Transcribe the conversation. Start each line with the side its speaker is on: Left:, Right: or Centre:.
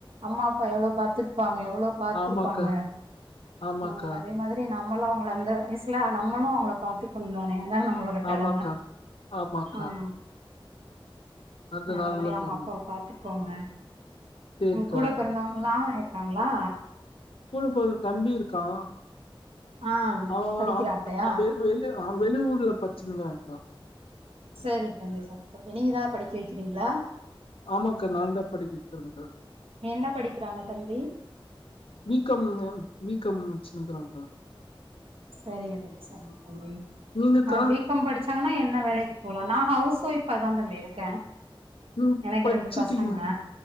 Right: அம்மா அப்பா எவ்ளோ பாத்துருப்பாங்க எவ்ளோ பாத்துருப்பாங்க
Left: ஆமாக்கா ஆமாக்கா
Right: ஆ அதே மாதிரி நம்மளு அவங்கள அந்த வயசுல நம்மளு அவங்கள பாத்துக்கணு தானே அதா நம்மளோட கடம
Left: ஆமாக்கா ஆமாக்கா
Right: ஆ
Left: அது
Right: நல்ல
Left: நல்லதாங்க
Right: மாறிய அம்மா அப்பாவ பாத்துகோங்க
Left: சேரிக்கா
Right: உங்க கூட பிறந்தவங்களா இருக்காங்களா
Left: ஸ்கூல் போற தம்பி இருக்கா
Right: ஆ
Left: அவ
Right: படிக்கிறாப்லையா
Left: அவ வெளி வெளி வெளிஊர்ல பச்சினுகிறாங்கா
Right: செரி தம்பி செரி தம்பி நீங்க எதா படிக் கேக்கிறீங்ளா
Left: ஆமாக்கா நான்தா படிக்க வைக்கிறேக்கா
Right: என்ன படிக்கிறாங்க தம்பி
Left: பிகாம் பிகாம் முச்சினிகிறாங்கா
Right: சரிங்க தம்பி சரிங்க தம்பி
Left: நீங்கக்கா
Right: ஆ பிக் க்காம் படிச்சாங்கன்னா என்ன வேலைக்கு போலா நா ஹவுஸ் ஒய்ஃபா தா தம்பி இருக்க
Left: நீங்
Right: எனக்கு
Left: படிச்சிட்டீங்க
Right: ரெண்டு பசங்க